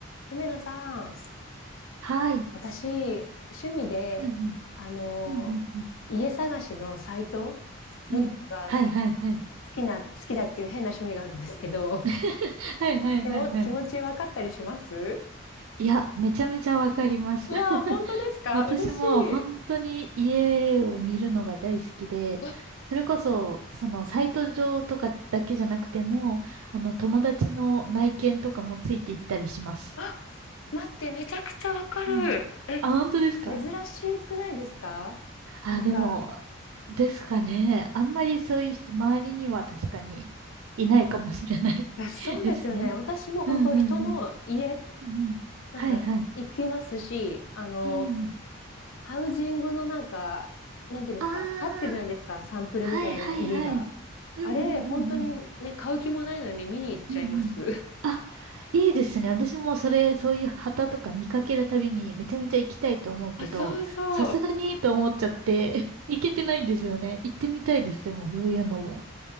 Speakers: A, on the left; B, on the right.
A: 姫野さん、
B: はい。
A: 私、趣味で、
B: うんうん。
A: あの、
B: うんうんうん。
A: 家探しのサイト
B: うん。
A: 見るのがす
B: はいはいはい。
A: 好きな、好きだっていう変な趣味があるんですけど、
B: <laughs> はいはいはいはい。
A: <laughs> 気も、気持ち分かったりします
B: いや、めちゃめちゃわかります。
A: うわー、
B: <laughs>
A: 本当ですか嬉しい。
B: 私も本当に家を見るのが大好きで、
A: うわ、
B: それこそ、そのサイト上とかだけじゃなくても、あの友達の内見とかもついていったりします。
A: あ、待って、めちゃくちゃわかる。
B: うん。<laughs>
A: え、
B: あ、本当ですか
A: 珍しくないですかなんか、
B: あ、でも、ですかね。あんまりそういう人、周りには確かにいないかもしれない
A: いや、そうですよね。
B: <laughs> ですね。
A: 私も本当人の家、
B: うんうんうん。うんうん。
A: なんか行きますし、
B: はいはい。
A: あの、
B: うん。
A: ハウジングのなんか、なんていうんですか、
B: ああ、
A: 立ってるじゃないですか、サンプルみたいな家が。
B: はいはいはい。うんうんうんうん。
A: あれ、本当にね、買う気もないのに見に行っちゃいます。
B: うんうん。
A: <laughs>
B: あ、いいですね。私もそれ、そういう旗とか見かけるたびにめちゃめちゃ行きたいと思うけど、
A: あ、そうそう。
B: さすがにと思っちゃって <laughs> 行けてないんですよね。行ってみたいです。でも、そういうのも。